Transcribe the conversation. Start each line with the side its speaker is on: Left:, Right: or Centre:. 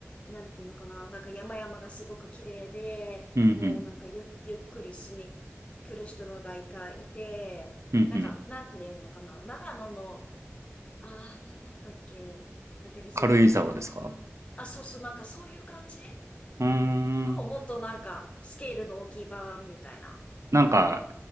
Left: なんていうのかな、なんか山々がすごく綺麗で、
Right: うん。うんうん。
Left: もうなんかゆっ、ゆっくりしに来る人がいか、いて、
Right: うんうん。
Left: なんか、なんていうのかな、長野の、ああ、なんだったっけなんかリゾート地。
Right: 軽井沢ですか
Left: ああ。あ、そうそう、なんかそういう感じ
Right: うー
Left: の、
Right: ん。
Left: もっとなんか、スケールの大きい版みたいな。
Right: なんか、